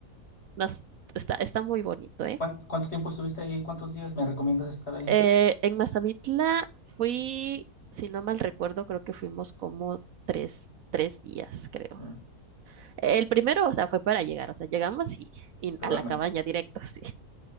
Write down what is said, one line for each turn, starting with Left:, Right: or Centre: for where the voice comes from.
Right: nos, está, está muy bonito, ¿eh?
Left: ¿Cuán- ¿Cuánto tiempo estuviste ahí? ¿Cuántos días me recomiendas estar ahí?
Right: Eh, en Mazamitla fui, si no mal recuerdo, creo que fuimos como tres, tres días, creo.
Left: Ya.
Right: El primero, o sea, fue para llegar, o sea, llegamos y, y
Left: Te
Right: a
Left: duermes.
Right: la cabaña directo, <laughs> sí.